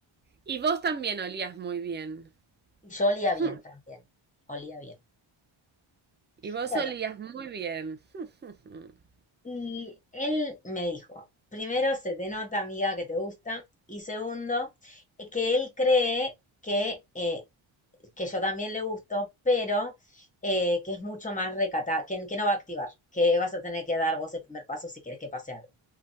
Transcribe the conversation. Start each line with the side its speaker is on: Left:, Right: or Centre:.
Right: Y vos también olías muy bien.
Left: Yo olía bien
Right: Hmm.
Left: también, olía bien.
Right: Y vos
Left: Bueno,
Right: olías muy bien. <laughs>
Left: y él me dijo, primero se te nota amiga, que te gusta, y segundo, eh, que él cree que eh, que yo también le gusto, pero eh, que es mucho más recata, que, que no va a activar, que vas a tener que dar vos el primer paso si querés que pase algo.